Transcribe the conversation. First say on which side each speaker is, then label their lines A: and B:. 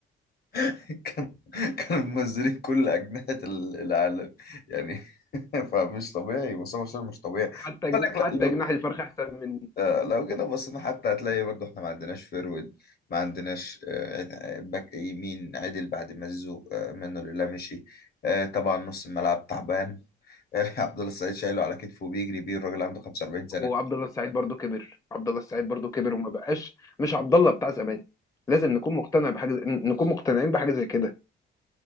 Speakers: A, on the left (about 50°); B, on the left (about 15°).
A: <laughs> كانوا كانوا منزلين كل أجنحة ال- العالم يعني <laughs> فمش طبيعي مصطفى شلبي مش طبيعي
B: حتى
A: بالك
B: جن- حتى
A: لا- لو
B: جناح الفرخ احسن من
A: آه، لو كده بصينا حتى هتلاقي برضه احنا ما عندناش فيرود ما عندناش آه، باك يمين عدل بعد ما زيزو آه، منه لله مشي آه، طبعا نص الملعب تعبان يعني <laughs> عبد الله السعيد شايله على كتفه بيجري بيه الراجل عنده 45 سنة
B: وعبد الله السعيد برضو كبر عبد الله السعيد برضو كبر وما بقاش مش عبد الله بتاع زمان لازم نكون مقتنع بحاجه زي... نكون مقتنعين بحاجه زي كده